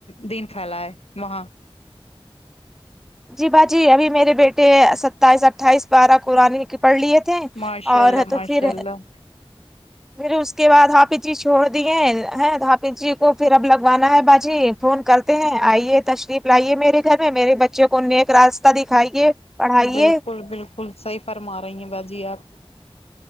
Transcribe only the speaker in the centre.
جی باجی ابھی میرے بیٹے ستائیس اٹھائیس پارہ قرآن کی پڑھ لیے تھے
اور
ہے تو
پھر
پھر اس کے بعد حافظی چھوڑ دیے ہیں ہ حافظی کو پھر اب لگوانا ہے باجی فون کرتے ہیں آئیے تشریف لائیے میرے گھر میں میرے بچوں کو نیک راس تہ دکھائیے پڑھائیے